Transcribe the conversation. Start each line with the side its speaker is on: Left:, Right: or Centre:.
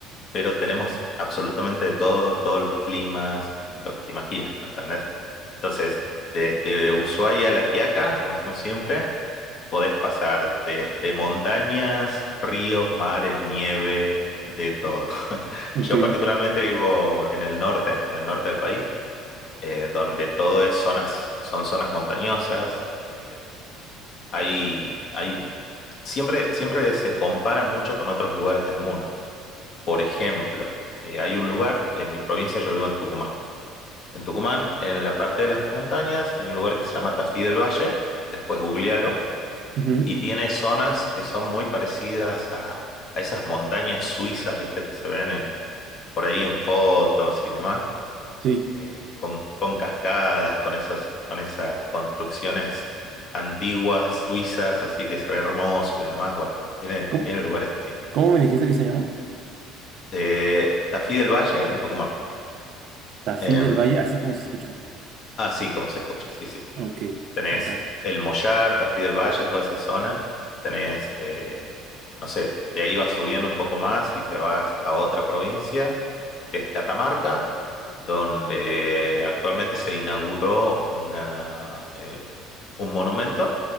Left: pero tenemos absolutamente de todo, todos los climas, lo que te imagines, ¿me entendés? Entonces, desde Ushuaia a La Quiaca, como decimos siempre, Podés pasar desde montañas, ríos, mares, nieve, de todo. <laughs>
Right: Ok.
Left: Yo particularmente vivo en el norte, en el norte del país, eh, donde todo es zonas, son zonas montañosas. eh, hay, hay, siempre, siempre se compara mucho con otros lugares del mundo. Por ejemplo, eh, hay un lugar en mi provincia, yo vivo en Tucumán. En Tucumán, en la parte de las montañas, hay un lugar que se llama Tafí del Valle. Después googlealo
Right: ujú,
Left: Y tiene zonas que son muy parecidas a, a esas montañas suizas, viste, que se ven en, por ahí en fotos y demás,
Right: Sí.
Left: eh, con, con cascadas, con esos, con esas construcciones antiguas suizas, así que se ve hermoso y demás. Bueno, tiene,
Right: ¿Cómo,
Left: tiene lugares así.
Right: cómo me dijiste que se llama?
Left: Eh, Tafí del Valle, en Tucumán.
Right: Tafí
Left: Em,
Right: del Valle, así como se escucha.
Left: así como se escucha, sí, sí.
Right: Ok,
Left: Tenés
Right: ajá.
Left: el Mollar, Tafí del Valle, toda esa zona. Tenés, eh, no sé, de ahí vas subiendo un poco más y te vas a otra provincia, que es Catamarca, donde actualmente se inauguró una, eh, un monumento